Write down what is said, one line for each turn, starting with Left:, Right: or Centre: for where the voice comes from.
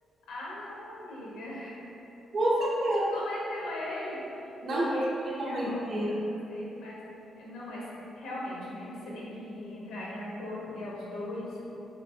Left: Ah, não, amiga.
Right: com certeza.
Left: Você não convenceu ele,
Right: Não
Left: porque
Right: consegui
Left: isso seria
Right: convencer.
Left: bom para vocês, mas eh, não, mas realmente, né? Você tem que entrar em acordo, que é os dois.